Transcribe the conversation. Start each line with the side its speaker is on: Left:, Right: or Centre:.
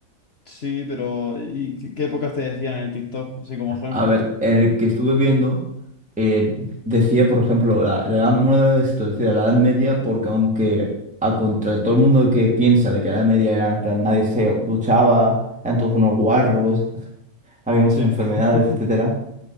Left: Sí, pero ¿y qué, qué épocas te decían en el TikTok? Así como ejemplo.
Centre: A ver, el que estuve viendo eh, decía, por ejemplo, la, la edad, una de las veces decía la Edad Media, porque aunque a contra todo el mundo que piensa de que la Edad Media era, en plan, nadie se duchaba, eran todos unos guarros, <laughs> había muchas
Left: Sí.
Centre: enfermedades,
Left: <laughs>
Centre: etcétera.